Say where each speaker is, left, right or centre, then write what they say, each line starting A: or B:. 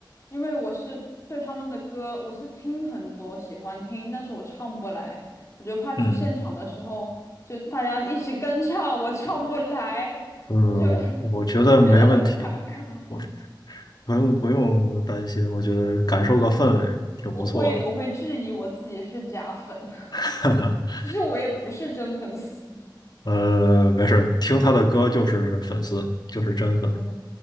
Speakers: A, on the left; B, on the left.
A: 因为我是对他们的歌，我是听很多，喜欢听，但是我唱不来，我就怕去现场的时候，
B: 嗯
A: 就大家一起跟唱，我唱不来，
B: 嗯，
A: 我就
B: 我我觉得没问题。
A: <laughs> 觉得很尴尬，
B: 我不用不用担心，我觉得感受个氛围挺不错的。
A: 我会我会质疑我自己是假粉，
B: <laughs>
A: <laughs> 其实我也不是真粉丝，
B: 呃，没事儿，听他的歌就是粉丝，就是真粉，
A: <laughs>